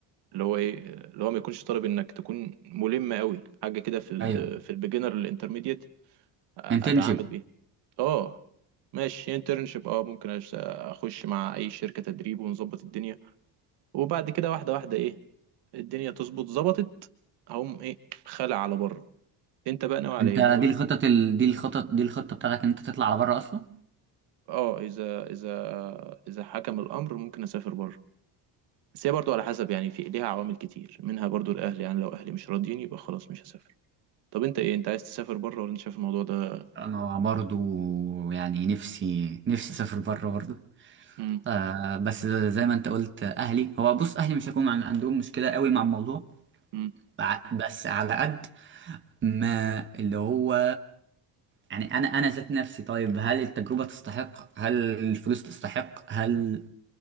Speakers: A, on the right (about 60°); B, on the right (about 25°).
A: اللي هو ايه اللي هو ما يكونش طالب انك تكون ملم قوي حاجة كده في ال
B: ايوه
A: في البيجنر الانترميديت اتعامل
B: انترنشيب
A: بيها اه ماشي انترنشيب اه ممكن أش- اخش مع اي شركة تدريب ونظبط الدنيا وبعد كده واحدة واحدة ايه الدنيا تظبط ظبطت هقوم ايه خلع على بره انت بقى ناوي على
B: انت
A: ايه
B: دي
A: ناوي
B: الخطط ال... دي الخطط دي الخطه بتاعتك ان انت تطلع على بره اصلا
A: اه اذا اذا اذا حكم الامر ممكن اسافر بره بس هي برضو على حسب يعني في ليها عوامل كتير منها برضو الاهل يعني لو اهلي مش راضيين يبقى خلاص مش هسافر طب انت ايه انت عايز تسافر بره ولا انت شايف الموضوع ده
B: انا برضو يعني نفسي نفسي اسافر بره برضو
A: امم
B: آه بس زي ما انت قلت اهلي هو بص اهلي مش هيكون عن- عندهم مشكله قوي مع الموضوع
A: امم
B: ع- بس على قد ما اللي هو يعني انا انا ذات نفسي طيب هل التجربه تستحق هل الفلوس تستحق هل